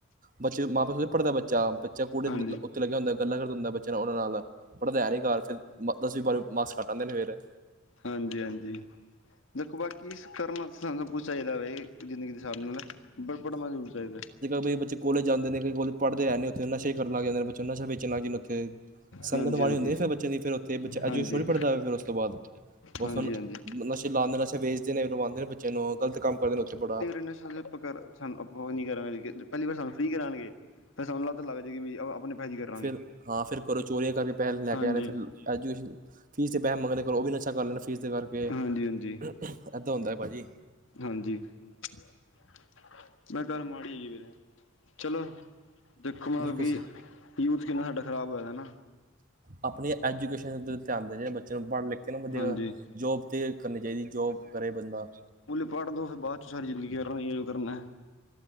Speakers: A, on the right; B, on the left.
A: ਬੱਚੇ ਮਾਂ ਪਿਓ ਪੜ੍ਹਦਾ ਬੱਚਾ ਬੱਚਾ। ਕੁੜੀਆਂ
B: ਹਾਂਜੀ
A: ਉੱਤੇ ਲੱਗਿਆ ਹੁੰਦਾ, ਗੱਲਾਂ ਕਰਦਾ ਹੁੰਦਾ ਬੱਚਿਆਂ ਨਾਲ, ਉਨ੍ਹਾਂ ਨਾਲ ਪੜ੍ਹਦਾ ਹੈ ਨੀ ਘਰ। ਦਸਵੀਂ-ਬਾਰ੍ਹਵੀਂ ਮਾਰਕਸ ਘੱਟ ਆਉਦੇ ਨੇ। ਫੇਰ
B: ਹਾਂਜੀ, ਹਾਂਜੀ ਦੇਖੋ ਬਾਕੀ ਕਰਨਾਸ ਸਾਨੂੰ ਸਭ ਕੁਛ ਚਾਹੀਦਾ ਵ ਜਿੰਦਗੀ। ਹਿਸਾਬ ਨਾਲ ਬਸ ਪੜਨਾ ਜਰੂਰ ਚਾਹੀਦਾ।
A: ਕਈ ਬਚੇ ਕੋਲੇਜ ਜਾਂਦੇ ਨੇ ਕਈ ਕੋਲੇਜ ਪੜ੍ਹਦੇ ਹੈ ਨਹੀਂ ਉੱਥੇ ਨਸ਼ੇ ਕਰਨ ਲੱਗ ਜਾਂਦੇ ਬੱਚ ਨਸ਼ਾ ਵੇਚਣ ਲੱਗ ਜਾਂਦੇ ਉੱਥੇ। ਸੰਗਤ
B: ਹਾਂਜੀ
A: ਮਾੜੀ
B: ਹਾਂਜੀ
A: ਹੁੰਦੀ ਫਿਰ ਬੱਚੇ ਦੀ ਫਿਰ ਉੱਥੇ ਬੱਚਾ ਇੰਜ
B: ਹਾਂਜੀ
A: ਥੋੜੀ ਪੜ੍ਹਦਾ। ਫਿਰ ਉਸ ਤੋਂ ਬਾਅਦ
B: ਹਾਂਜੀ
A: ਉਸ
B: ਹਾਂਜੀ
A: ਨਸ਼ਾ ਲਾਉਂਦੇੇ ਨਸ਼ਾ ਵੇਚਦੇ ਨੇ, ਲਵਾਉਂਦੇ ਨੇ, ਬੱਚੇ ਨੂੰ ਗਲਤ ਕੰਮ ਕਰਦੇ ਨੇ ਉੱਥੇ ਬੜਾ।
B: ਨਸ਼ਾ। ਸਾਨੂੰ ਆਪ ਨੀ ਕਰਾਂਗੇ ਪਹਿਲੀ ਵਾਰ ਸਾਨੂੰ ਫ੍ਰੀ ਕਰਾਉਣਗੇ ਫਿਰ ਸਾਨੂੰ ਲੱਤ ਲੱਗ ਜਾਏਗੀ ਕਿ ਵੀ ਆਪਣੇ ਪੈਸੇ ਕਰਾਂਗੇ
A: ਫਿਰ ਹਾਂ, ਫਿਰ ਘਰੋਂ ਚੋਰੀਆਂ ਕਰਕੇ ਪੈਸੇ ਲੈ
B: ਹਾਂਜੀ
A: ਕੇ ਜਾਣਾ। ਫਿਰ ਐਜੂਕੇਸ਼ਨ ਫੀਸ ਦੇ ਪੈਸੇ ਮੰਗਣੇ ਘਰੋ ਉਹ ਵੀ ਨਸ਼ਾ ਕਰ ਲੈਣਾ ਫੀਸ ਦੇ ਕਰਕੇ
B: ਹਾਂਜੀ ਹਾਂਜੀ
A: ਏਦਾਂ ਹੁੰਦਾ ਹੈ ਭਾਜੀ।
B: ਹਾਂਜੀ ਇਹ ਗੱਲ ਮਾੜੀ ਹੈਗੀ ਫੇਰ। ਚਲੋ ਦੇਖੋ
A: ਬਿਲਕੁਲ
B: ਮਤਲਬ ਕਿ
A: ਸਹੀ
B: ਯੂਥ ਕਿੰਨਾ ਸਾਡਾ ਖ਼ਰਾਬ ਹੋਇਆ ਦਾ ਨਾ।
A: ਆਪਣੀ ਐਜੂਕੇਸ਼ਨ ਤੇ ਧਿਆਨ ਦੇ ਜਿਹੜੇ ਬੱਚਿਆਂ ਨੂੰ ਪੜ੍ਹ ਲਿਖ। ਕਹਿ ਬੰਦੇ
B: ਹਾਂਜੀ
A: ਜੋਬ ਤੇ ਕਰਨੀ ਚਾਹੀਦੀ ਜੋਬ ਕਰੇ ਬੰਦਾ।
B: ਪੜ ਲਓ ਬਾਅਦ ਚ ਸਾਰੀ ਜ਼ਿੰਦਗੀ ਕਰਨਾ ਜੋ ਕਰਨਾ।